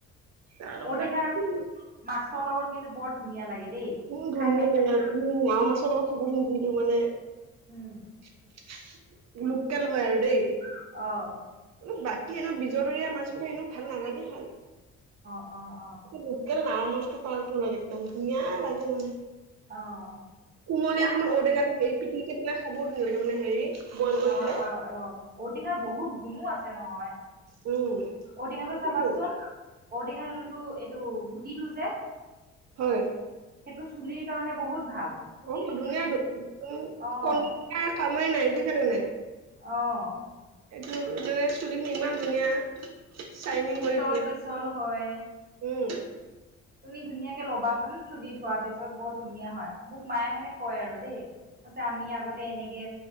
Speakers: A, on the right (about 60°); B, on the right (about 30°).
A: তাৰ লগতে
B: ঔটেঙা
A: খাইছোঁ।
B: মাছৰ লগত কিন্তু বৰ ধুনীয়া লাগে। দেই।
A: উম ধুনীয়া
B: খাই পাইছানে
A: টেঙা। তুমি লাও মাছৰ লগত খাবাচোন যিটো মানে
B: উম,
A: <unintelligible> লোকেল হয় আৰু দেই
B: অ',
A: বাক কি এনো বিজদৰীয়া মাছ বিলাক এনো ভাল নালাগে। ভাল
B: অ। অ', অ',
A: কি লকে লোকেল নাৰ মাছটো পাব লাগে একদম ধুনীয়া লাগে মানে
B: অ',
A: কুমলীয়া
B: মই
A: সমত ঔটেঙাটো হেৰি পিটিকি পেলাই খাব লাগে মানে হেৰি বইল কৰি
B: অ
A: পেলাই।
B: অ অ ঔপেঙাৰ বহুত গুণো আছে। যে নহয়।
A: উম
B: ঔটেঙাটো
A: সেইটোৱেটো
B: চাবা চোন। ঔটেঙাৰ যোনটো এইটো গুটিটো যে?
A: হয়।
B: সেইটো চুলিৰ কাৰণে বহুত ভাল। তুমি
A: অ'
B: সেইখিনি
A: ধুনীয়া দেখোন।
B: অ',
A: কম কে কামেই নাই, বুজিছা নে নাই?
B: অ'।
A: এইটো যেনে চুলিখিনি ইমান ধুনীয়া শ্বাইনিং
B: পিছল
A: কৰি তোলে।
B: পিছল হয়।
A: উম। <unintelligible>
B: তুমি ধুনীয়াকে লবাচোন, চুুলি ধোৱাৰ পিছত। বৰ ধুনীয়া হয়। মোক মায়ে মানে কয় আৰু দেই। কৈছে আমি আগতে এনেকে